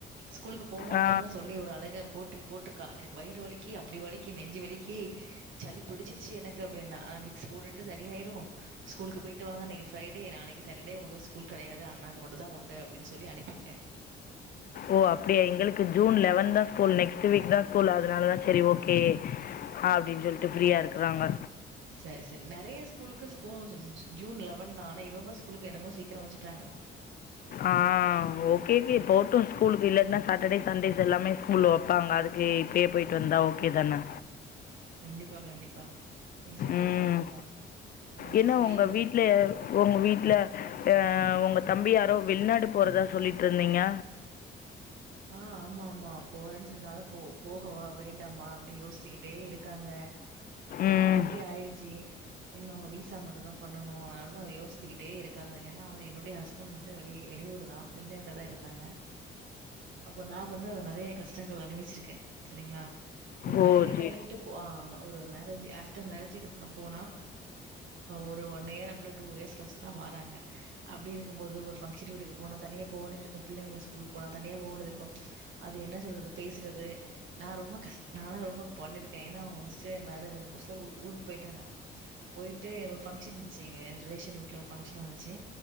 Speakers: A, on the right; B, on the left.
A: ஸ்கூலுக்கு போ மாட்டே
B: ஆ
A: தா சொல்லி ஒரு அழுக போட்டுரு போட்டுரு கா எனக்கு வயிறு வலிக்கி அப்டி வலிக்கி நெஞ்சு வலிக்கி சளி பிடிச்சிருச்சு எனக்கு அப்டின்னா நா விக்ஸ் போட்டுண்டி சரியாயிரூ ஸ்கூலுக்கு போயிட்டு வாங்க இன்னைக்கு ஃபிரைடே நாளைக்கு சட்டர்டே உங்களுக்கு ஸ்கூல் கெடையாது அண்ணாக்கு மட்டு தா உண்டு அப்டின்னு சொல்லி அனுப்பிருக்கே
B: ஓ அப்டியா எங்களுக்கு ஜூன் லெவன் தா ஸ்கூல் நெக்ஸ்ட் வீக் தா ஸ்கூல் அதனால தா சரி ஓகே அப்டின்னு சொல்ட்டு ஃப்ரீயா இருக்கறாங்க
A: சரி சரி நெறைய ஸ்கூலுக்கு ஸ்கூ ஜூன் லெவன் ஆனா இவங்க ஸ்கூலுக்கு என்னமோ சீக்கிரம் வச்சுட்டாங்க்
B: ஆஹ் ஓகேகே போட்டு ஸ்கூலுக்கு இல்லன்னா சாட்டர்டே சண்டேஸ் எல்லாமே ஸ்கூல்ல வைப்பாங்க அதுக்கு இப்பயே போயிட்டு வந்தா ஓகே தானே
A: கண்டிப்பா கண்டிப்பா நீங்க சொல்றது
B: உம்
A: கரெக்ட் தா ஒரு மாசோ
B: என்ன உங்க
A: லீவ் விட்
B: வீட்ல உங்க வீட்டுல அஹ் உங்க தம்பி யாரோ வெளிநாடு போறதா சொல்லிட்டு இருந்தீங்க
A: ஆஹ் ஆமா ஆமா போறேன்னு சொல்லின்தாங்க போ போகவா வேண்டாமா அப்டின்னு யோசிச்சிக்கிட்டே இருக்காங்க எல்லா
B: ம்
A: ஓகே ஆயிருச்சு இன்ம அவங்க விசா மட்டு தா பண்ணனு அதனாலதா யோசிச்சிக்கிட்டே இருக்காங்க ஏன்னா வந்து என்னுடைய ஹஸ்பண்ட் வந்து வெளி வெளியூர் தா வெளிநாட்டுலதா இருந்தாங்க அப்போ நா வந்து அது நெறைய கஷ்டங்கள் அணிவிச்சிருக்கே சரிங்களா ஒரு
B: ஓ
A: மேரிட்
B: சரி
A: ஆயிட்டு போ ஆமா ஒரு மேரேஜ் ஆஃப்டர் மேரேஜ்கங்கு அப்போ போனா ஒரு யேர் அப்டில டூ யேர்ஸ் கழிச்சுதா வாராங்க அப்டி இருக்கும்போது ஒரு ஃபங்ஷன் வீட்டுக்கு போனா தனியா போ வேண்டது இருக்கும் பிள்ளைக்கு ஃஸ்கூலுக்கு போனா தனியா போ வேண்டது கும் அது என்ன சொல்றது பேச்றது நா ரொம்ப கஷ் பாலா ரொம்ப பண்ணிருக்க ஏனா மோஸ்டிலி மேரேஜ் ஆன புதுசுல ஏ ஊருக்கு போய்டாங்க போய்ட்டு எங்க ஒரு ஃபங்க்ஷன் இருந்ச்சு எங்க ரிலேஷன் வீட்ல ஒரு ஃபங்க்ஷன் வந்துச்சு